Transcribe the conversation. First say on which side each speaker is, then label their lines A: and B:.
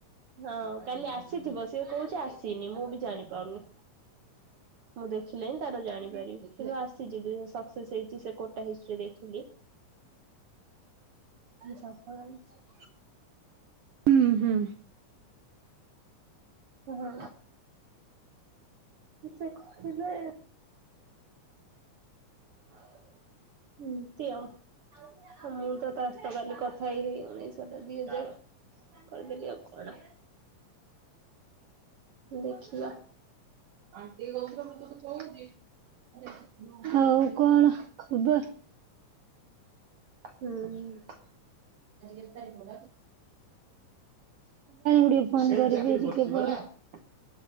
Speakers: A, on the right (about 60°); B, on the right (about 75°).
A: ହଁ କାଲି ଆସିଥିବ ସିଏ କହୁଛି ଆସିନି
B: କି?
A: ମୁଁ ବି ଜାଣିପାରୁନି। ମୁଁ ଦେଖିଲେ ହିଁ ତାର ଜାଣିପାରିବି
B: ହୁଁ
A: କିନ୍ତୁ ଆସିଛି ଦୁଇସହ ସକ୍ସେସ ହେଇଛି ସେ କୋଟା ହିଷ୍ଟି ଦେଖିଲି। ସକାଳୁ ଆଇଚି।
B: ହୁଁ ହୁଁ।
A: ହଁ ସେ କହିଲେ ହଁ ଏମତି ଆଉ। ହ ମୁଁ ତ ତାସହିତ କାଲି କଥା ହେଇ ହେଇ ଉଣେଇଶ ହା ଦି ହଜାର। କରିଦେଲି ଆଉ କଣ ଦେଖିବା
B: ଆ ଟ ଗାଉର ମୁ ତୋ ତ ଖହୁି <unintelligible> ହଉ କଣ ଖବର?
A: ହୁଁ।
B: ଆଜିକାଲି ତାେ ଖ କି <unintelligible> ଗୁଡିଏ ଫୋନ
A: ସେ
B: କରିବି
A: ଚାକିରି
B: ଟିକେ
A: କରଛି
B: ପରେ।
A: ବଲା <unintelligible>